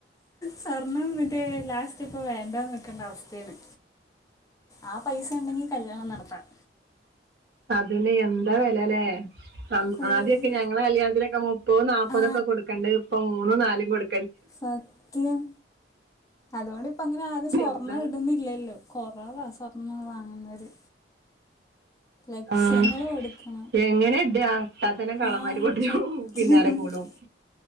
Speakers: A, on the left; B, on the right.
A: സ്വർണം എന്നന്നിട്ട് ലാസ്റ്റ് ഇപ്പൊ വേണ്ടന്ന് വോക്കണ്ട അവസ്ഥയാണ്. ആ പൈസ ഉണ്ടെങ്കി കല്യാണം നടത്താം.
B: അതിന്നെ എന്താ വലല്ലേ
A: കൂടി
B: ആദ്യൊക്കെ ഞങ്ങളെ കല്യാണത്തിനൊക്കെ മു മുപ്പതും നാല്പതും
A: ആ
B: കൊടുക്കണ്ടണ്ട് ഇപ്പൊ മൂന്നും നാലും കൊടു.
A: സത്യം അതുകൊണ്ട് ഇപ്പ അങ്ങനെ ആരും സ്വർണം
B: എന്താ
A: ഇടുന്നില്ലല്ലോ? കൊറവ സ്വർണ്ണം വാങ്ങുന്നര്. ലക്ഷ്യങ്ങൾ
B: ആഹ്
A: കൊടുക്കണം
B: എങ്ങനെ ഇടാ ഇട്ടാത്തന്നെ കള്ളന്മാര്
A: ആഹ
B: പൊട്ടിച്ചും
A: സത്യം.
B: പിന്നാലെ
A: <unintelligible>
B: കൂടും